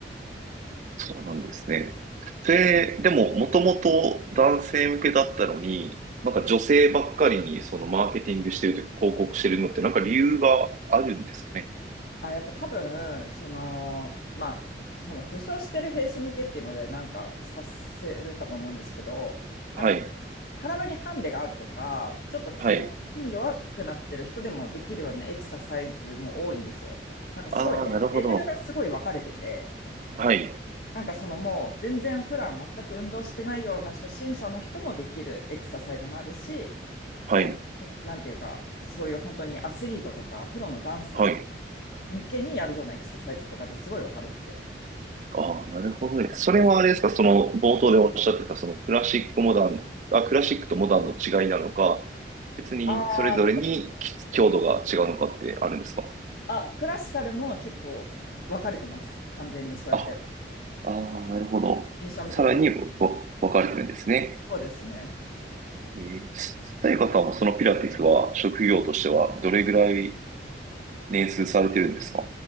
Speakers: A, on the right; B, on the left.
A: そうなんですね。それ、でも、もともと男性向けだったのに、なんか女性ばっかりにそのマーケティングしてるというか広告してるのってなんか理由があるんですかね。
B: あ、やっぱ多分、その、まあ、その負傷してる兵士向けっていうので、なんかさせるかと思うんですけど、
A: はい。
B: なんか体にハンデがあるとか、ちょっと筋力に弱くなってる人でもできるようなエクササイズも多いんですよ。
A: はい。
B: なんかすごい、
A: ああ、
B: レレベルがすごい分かれてて、
A: なるほど。はい、
B: なんかそのもう全然普段全く運動してないような初心者の人もできるエクササイズもあるし、
A: はい、
B: 逆に、なんていうか、そういう本当にアスリートとか、プロのダンサーとか
A: はい。
B: 向けにやるようなエクササイズとかですごい分かれてて。
A: ああ、なるほどです。それはあれですか、その冒頭でおっしゃってた、そのクラシックモダン、あ、クラシックとモダンの違いなのか、別にそれぞれにき強度が違うのかってあるんですか
B: ああ、あ、クラシカルも結構分かれてます。完全にそうやって。
A: あ、ああ、なるほど。
B: 電車向けというか。
A: さらにわ分かれてるんですね。
B: そうですね。
A: えー、さやかさんもそのピラティスは職業としてはどれぐらい年数されてるんですか